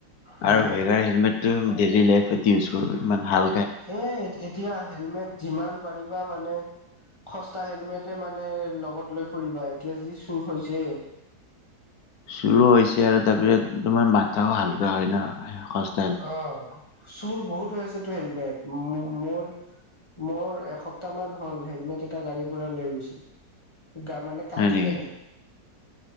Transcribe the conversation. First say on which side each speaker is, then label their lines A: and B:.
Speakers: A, on the left; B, on the left.
A: হয়
B: আৰু
A: হয়
B: ভেগাৰ হেলমেট ডেইলি লাইফত ইউজ কৰো ইমান ভাল
A: এ এ এতিয়া হেলমেট যিমান পাৰিবা মানে সস্তা হেলমেটে মানে লগত লৈ ফুৰিবা এতিয়া যি চুৰ হৈছে
B: চুৰ হৈছে আৰু তাৰ পিছত তোমাৰ মাথাও হাল্কা হয় ন সচ
A: অ চোৰ বহুত হৈ আছে টো হেলমেট মোৰ মোৰ এসপ্তাহ মান হল হেলমেট এটা গাড়ীৰ পৰা লৈ গৈছ গা মানে কাটি
B: হয় নেকি
A: কেনে